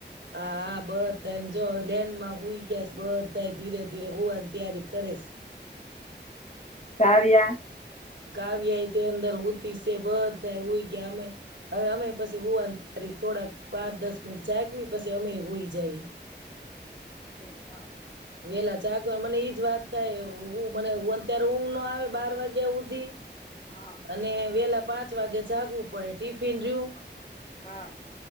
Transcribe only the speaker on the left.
કાવ્યા
એ હા.
હા હા
હા.